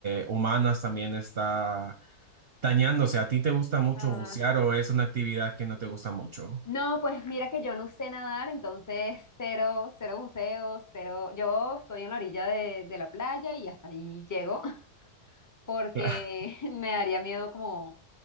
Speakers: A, on the right; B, on the left.
A: de humanas también está dañándose. ¿A ti te gusta mucho
B: Ah,
A: bucear o es una actividad que no te gusta mucho?
B: No, pues mira que yo no sé nadar, entonces cero, cero buceos, cero. Yo estoy en la orilla de, de la playa y hasta ahí llego <laughs> porque
A: <laughs>
B: <laughs> me daría miedo como